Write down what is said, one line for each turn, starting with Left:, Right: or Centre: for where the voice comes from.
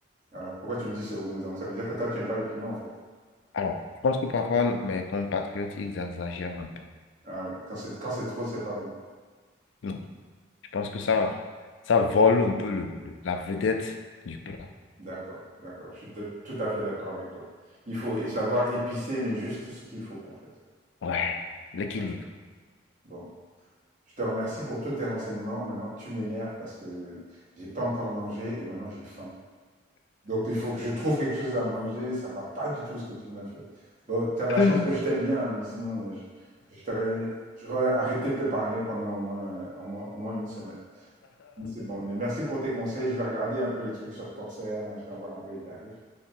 Right: Alors, pourquoi tu me dis c'est au goût? Donc, ça veut dire que toi, tu aimes pas le piment, en fait.
Left: Alors, je pense que parfois, mes compatriotes, ils exagèrent un peu.
Right: Ah oui. Quand c'est, quand c'est trop, c'est pas bon.
Left: Non, je pense que ça, ça vole un peu le, le- la vedette du plat.
Right: D'accord, d'accord. Je suis tout tout à fait d'accord avec toi. Il faut savoir épicer, mais juste ce qu'il faut, quoi, en fait.
Left: Ouais, l'équilibre.
Right: D'accord. Bon. Je te remercie pour tous tes renseignements. Maintenant, tu m'énerves parce que j'ai pas encore mangé et maintenant j'ai faim. Donc, il faut que je trouve quelque chose à manger. Ça va pas du tout ce que tu m'as fait. Bon, tu as de la
Left: <laughs>
Right: chance que je t'aime bien, hein, mais sinon, euh, je, je t'aurais, j'aurais arrêté de te parler pendant au moins, euh, au moins, au moins une semaine. Mais c'est bon. Mais merci pour tes conseils. Je vais regarder un peu les trucs sur Corsair, machin, voir un peu les tarifs.